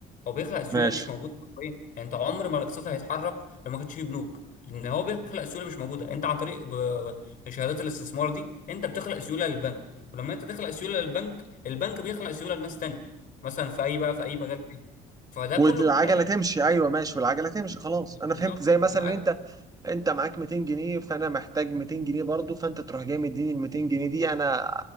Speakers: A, on the left; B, on the right.
A: هو بيخلق سيوله
B: ماشي
A: مش موجوده حرفيا يعني انت عمر ما الاقتصاد هيتحرك لو ما كانش فيه بنوك لان هو بيخلق سيوله مش موجوده انت عن طريق ب- ب- شهادات الاستثمار دي انت بتخلق سيوله للبنك ولما انت تخلق سيوله للبنك البنك بيخلق سيوله لناس تانية مثلا في اي بقى في اي مجال تاني فده
B: والعجله
A: كله بيتحرك
B: تمشي ايوه ماشي والعجله تمشي خلاص
A: بالظبط
B: انا فهمت زي مثلا
A: بالعجل
B: انت انت معاك 200 جنيه فانا محتاج 200 جنيه برضو فانت تروح جاي مديني ال 200 جنيه دي انا